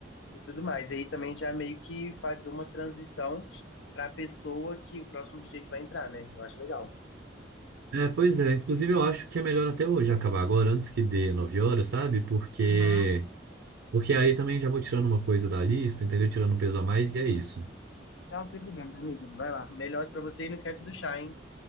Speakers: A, on the left (about 75°); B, on the right (about 85°).
A: e tudo mais. E aí também já meio que fazer uma transição pra pessoa que o próximo DJ que vai entrar, né? Eu acho legal.
B: É, pois é. Inclusive, eu acho que é melhor até hoje acabar agora, antes que dê nove horas, sabe? Porque
A: Uhum.
B: porque aí também já vou tirando uma coisa da lista, entendeu? Tirando um peso a mais, e é isso.
A: Não, sem problemas, amigo. Vai lá. Melhores pra você e não esquece do chá, hein?